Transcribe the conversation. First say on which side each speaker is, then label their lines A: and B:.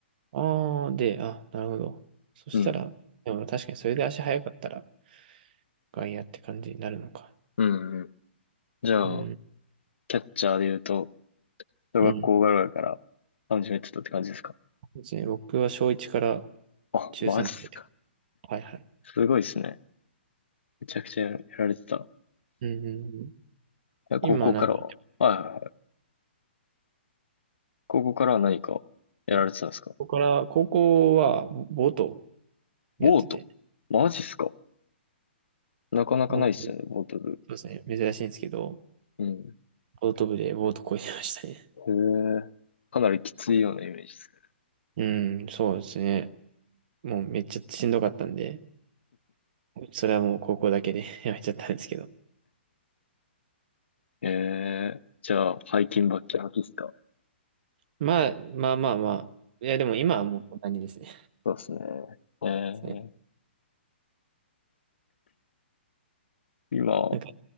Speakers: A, on the right; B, on the left.
A: ああ、で、あ、なるほど。そしたら、
B: うん。
A: でも確かにそれで足早かったら外野って感じになるのか。
B: うんうん。じゃあ、
A: うん、
B: キャッチャーで言うと、小学校ぐらいから始めてたって感じですか
A: うん。そうですね。僕は小1から
B: あ、
A: 中3までで。
B: マジっすか。
A: はいはい。
B: すごいですね。めちゃくちゃやられてた。い
A: うん、うんうん
B: や高校からは、
A: 今、なんか、
B: はいはいはい。高校からは何かやられてたんですか
A: うんここから、高校はボボートやってて、
B: ボート。マジっすか。なかなかないっすよね、
A: ボート、そ
B: ボート部。
A: うですね。珍しいんですけど、
B: うん。
A: ボート部でボート漕いでましたね。
B: へえ。かなりきついようなイメージです
A: <laughs> うん、そうですね。もうめっちゃしんどかったんで、それはもう高校だけで <laughs> やめちゃったんですけど。
B: ね。ええ。じゃあ、背筋バッキバキですか
A: まあ、まあまあまあ。いや、でも今はもうこんなにですね。
B: そうですね。ええ。
A: ね。
B: 今、
A: なんか、